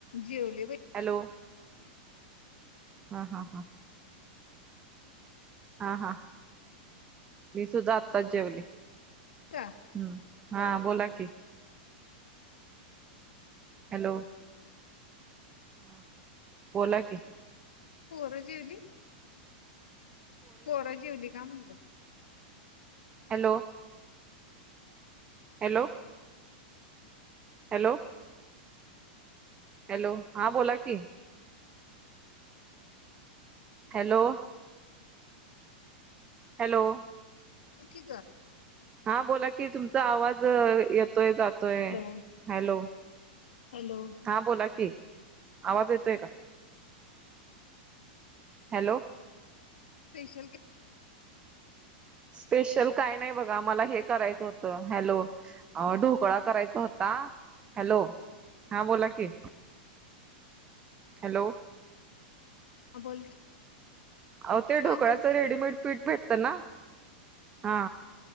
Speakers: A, on the left (about 80°); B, on the right (about 20°).
A: जेवली बाई
B: हॅलो. हा-हा-हा. हा हा. मी सुद्धा आत्ताच जेवले.
A: कत्ता <unintelligible>
B: हम्म. हा बोला कि. हॅलो. हा बोला की.
A: पोरं जेवली? पोरं जेवली का म्हणलं?
B: हॅलो. हॅलो. हॅलो. हॅलो. हा बोला की. हॅलो. हॅलो.
A: <unintelligible> फिकी का?
B: हा बोला की, तुमचा आवाज येतोय जातो य.
A: Hello
B: hello.
A: हॅलो.
B: हा बोला कि, आवाज येतोय का? हॅलो.
A: स्पेशल का
B: स्पेशल काय नाही बघा. मला हे करायचं होत. हॅलो. अ ढोकळा करायचा होता. हॅलो. हा बोला की. हॅलो.
A: ह बोल.
B: अहो ते
A: हा
B: ढोकळ्याचं
A: बोल की
B: रेडीमेड
A: ग
B: पीठ भेटत ना? हा.